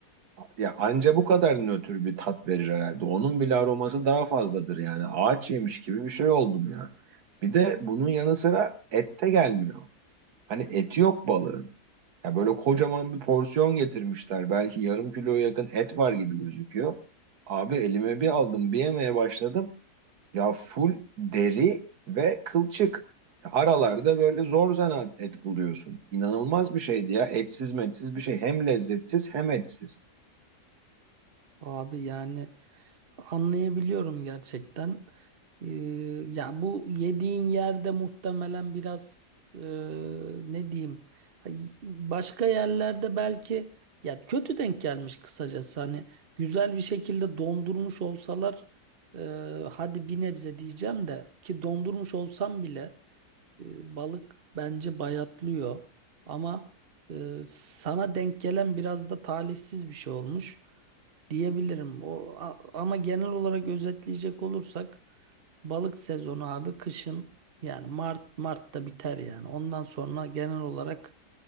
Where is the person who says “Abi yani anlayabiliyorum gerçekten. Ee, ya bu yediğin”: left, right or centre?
Right